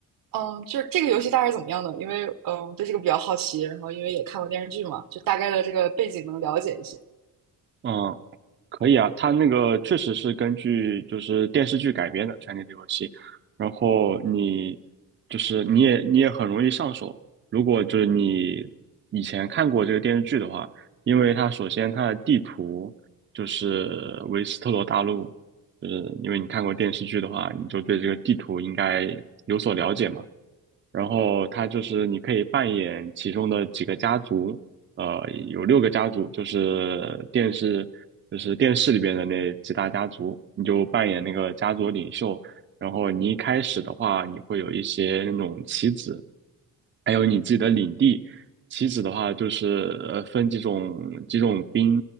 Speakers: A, on the right; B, on the right.
A: 嗯，就是这个游戏大概是怎么样呢？因为嗯，对这个比较好奇，然后因为也看过电视剧嘛，就大概的这个背景能了解一些。
B: 嗯，可以啊，它那个确实是根据就是电视剧改编的《权力的游戏》，然后你就是你也你也很容易上手。如果就是你以前看过这个电视剧的话，因为它首先它的地图就是维斯特罗大陆，就是因为你看过电视剧的话，你就对这个地图应该有所了解嘛。然后它就是你可以扮演其中的几个家族，呃，有六个家族，就是电视，就是电视里边的那几大家族，你就扮演那个家族领袖。然后你一开始的话，你会有一些那种棋子，还有你自己的领地。棋子的话，就是呃分几种几种兵，